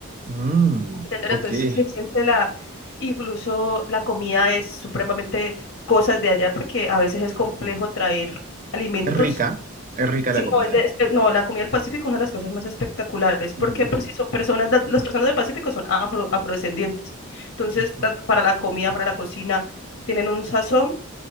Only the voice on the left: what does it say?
¿entender?
Entonces
sí se siente la, incluso la comida es supremamente cosas de allá porque a veces es complejo traer alimentos.
Sí,
no, es de- este- no, la comida del Pacífico es una de las cosas más espectaculares porque
por si son personas, las las personas del Pacífico son afro, afrodescendientes. Entonces,
tanto para la comida, para la cocina, tienen un sazón